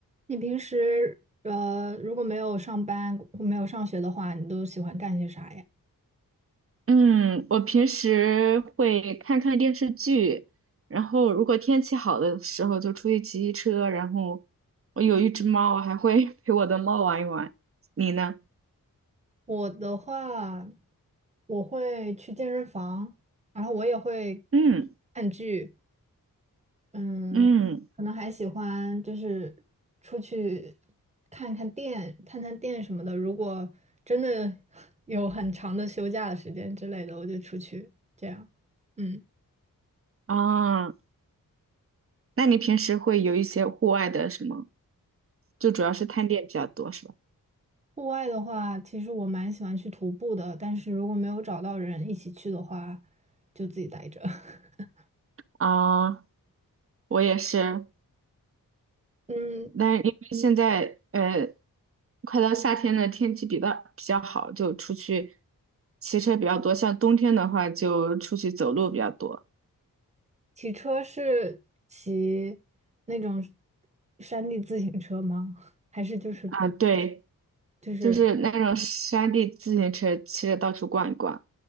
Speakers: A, on the right; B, on the right.
A: 你平时呃，如果没有上班或没有上学的话，你都喜欢干些啥呀？
B: 嗯，我平时会看看电视剧，然后如果天气好的时候就出去骑骑车，然后我有一只猫，我还会 <laughs> 陪我的猫玩一玩。你呢？
A: 我的话，我会去健身房，然后我也会
B: 嗯
A: 看剧，嗯，
B: 嗯
A: 可能还喜欢就是出去看看店、探探店什么的。如果真的 <laughs> 有很长的休假的时间之类的，我就出去这样。嗯。
B: 啊，那你平时会有一些户外的什么？就主要是探店比较多是吧？
A: 户外的话，其实我蛮喜欢去徒步的，但是如果没有找到人一起去的话，就自己待着。<laughs>
B: 啊，我也是，
A: 嗯，
B: 但是因为现在呃，快到夏天了，天气比较比较好，就出去骑车比较多。像冬天的话，就出去走路比较多
A: 骑车是骑那种山地自行车吗？还是就是普，
B: 啊。对，
A: 就是？
B: 就是那种山地自行车，骑着到处逛一逛。